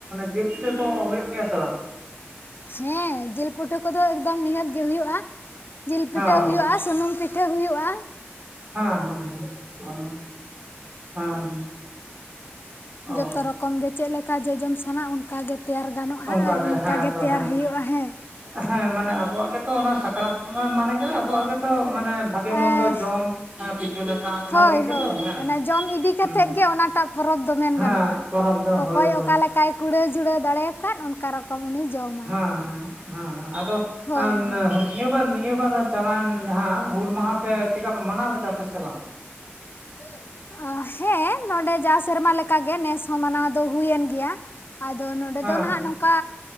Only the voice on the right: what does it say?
ᱡᱤᱞ ᱯᱤᱴᱟᱹ ᱠᱚ ᱦᱩᱭᱩᱜ ᱜᱮᱭᱟ ᱥᱮ ᱵᱟᱝ?
ᱦᱮᱸ
ᱦᱮᱸ ᱦᱮᱸ ᱚᱸ ᱦᱮᱸ, ᱚ
ᱚᱱᱠᱟ
ᱜᱮ
ᱦᱮᱸ ᱛᱚ
ᱦᱮᱸ
ᱦᱮᱸ ᱢᱟᱱᱮ ᱟᱵᱚᱣᱟᱜ ᱜᱮ ᱛᱚ ᱚᱱᱟ ᱥᱟᱠᱨᱟᱛ ᱢᱟᱱᱮ ᱜᱮ ᱟᱵᱚᱣᱟᱜ ᱫᱚ ᱛᱚ ᱢᱟᱱᱮ ᱵᱷᱟᱜᱮ ᱢᱚᱱᱫᱚ
ᱡᱚᱢ ᱯᱤᱴᱷᱟᱹ ᱞᱟᱴᱷᱟ ᱚᱱᱟ
ᱞᱟᱹᱜᱤᱫ
ᱜᱮ ᱛᱚ, ᱦᱮᱸ
ᱦᱩ
ᱦᱮᱸ
ᱯᱚᱨᱚᱵᱽ ᱫᱚ,
ᱦᱳᱭ ᱦᱳᱭ
ᱦᱮᱸ ᱦᱮᱸ ᱦᱮᱸ, ᱟᱫᱚ
ᱟᱱ
ᱦᱚᱸ ᱱᱤᱭᱟᱹ ᱵᱟᱱ ᱱᱤᱭᱟᱹ ᱵᱟᱨ ᱪᱟᱞᱟᱣᱮᱱ ᱡᱟᱦᱟᱸ ᱦᱩᱞ ᱢᱟᱦᱟ ᱯᱮ ᱪᱮᱫᱠᱟ ᱯᱮ ᱢᱟᱱᱟᱣ ᱞᱮᱫᱟ ᱯᱮ ᱥᱮ ᱵᱟᱝ?
ᱦᱮᱸ
ᱦᱮᱸ